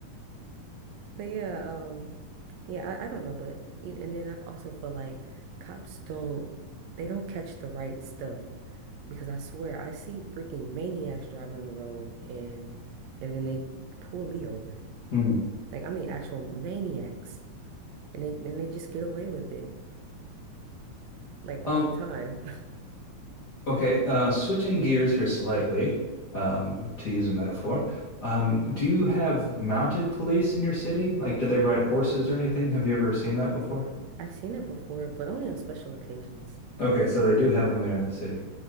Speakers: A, on the right (about 75°); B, on the left (about 60°).
A: But yeah, um, yeah, I, I don't know, but you and then I also feel like cops don't they don't catch the right stuff because I swear I see freaking maniacs driving on the road and and then they pull me over.
B: Hmm.
A: Like I mean actual maniacs and they and they just get away with it like all
B: Um,
A: the time.
B: okay. Uh, switching gears here slightly, um, to use a metaphor. Um, do you have mounted police in your city? Like, do they ride horses or anything? Have you ever seen that before?
A: I've seen it before, but only on special occasions.
B: Okay, so they do have them there in the city.